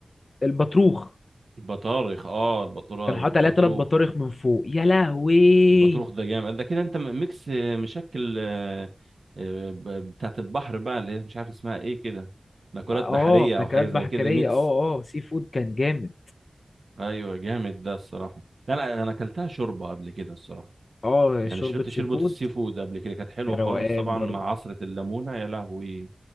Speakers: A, on the left; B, on the right.
A: البطروخ
B: البطارخ اه البطرار
A: كان حاطط
B: البطروخ
A: عليها تلات بطارخ من فوق يا لهوي
B: البطروخ ده جامد ده كده انت م- ميكس آه، مشكل آه، آه، ب- بتاعت البحر بقى اللي هي مش عارف اسمها ايه كده مأكولات
A: ما-
B: بحرية
A: اه مأكولات
B: او حاجة
A: بحرية
B: زي كده ميكس
A: اه اه سي فود كان جامد
B: ايوه جامد ده الصراحة لا انا انا اكلتها شوربة قبل كده الصراحة
A: اه
B: يعني
A: شوربة
B: شربت شوربة
A: سي فود
B: السي فود قبل كده كانت حلوة
A: يا روقان
B: خالص طبعا
A: برضو
B: مع عصرة الليمونة يا لهوي